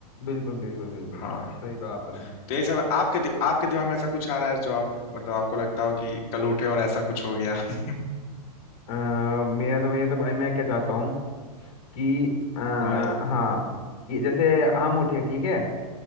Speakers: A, on the left; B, on the left.
A: बिल्कुल बिल्कुल बिल्कुल
B: हाँ
A: सही कहा आपने
B: तो ये सब आपके दि, आपके दिमाग में ऐसा कुछ आ रहा है जो आप मतलब आपको लगता हो कि कल उठे और ऐसा कुछ हो गया <laughs>
A: अ, मेरा तो ये तो भाई मैं क्या चाहता हूँ कि आ,
B: हाँ भाई
A: हाँ कि जैसे हम उठे ठीक है